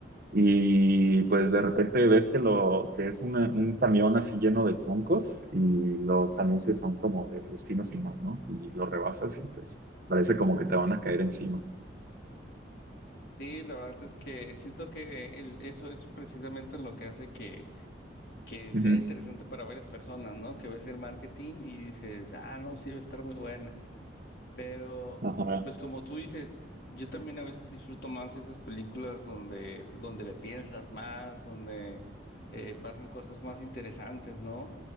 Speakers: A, on the right; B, on the left.
A: y pues de repente ves que lo que es una- un camión así lleno de troncos y los anuncios son como de destino final, ¿no? Y lo rebasas y pues parece como que te van a caer encima.
B: Sí, la verdad es que siento que el- eso es precisamente lo que hace que, que sea
A: Ujú.
B: interesante para varias personas, ¿no? Que ves el marketing y dices, ah, no, sí, va a estar muy buena. Pero,
A: Ajá.
B: pues como tú dices, yo también a veces disfruto más esas películas donde, donde le piensas más, donde eh, pasan cosas más interesantes, ¿no?